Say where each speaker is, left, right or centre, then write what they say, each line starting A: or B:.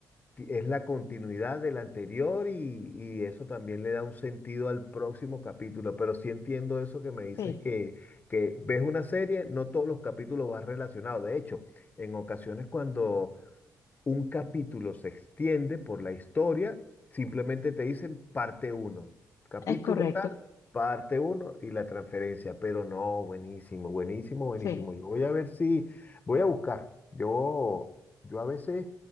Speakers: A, on the left; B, on the left.
A: ti- es la continuidad del anterior y, y eso también le da un sentido al próximo capítulo. Pero sí entiendo eso que me dices
B: Sí,
A: que, que ves una serie, no todos los capítulos van relacionados. De hecho, en ocasiones cuando un capítulo se extiende por la historia, simplemente te dicen parte uno, capítulo
B: es correcto.
A: tal, parte uno y la transferencia, pero no, buenísimo, buenísimo, buenísimo.
B: Sí,
A: Yo voy a ver si, voy a buscar. Yo, yo a veces,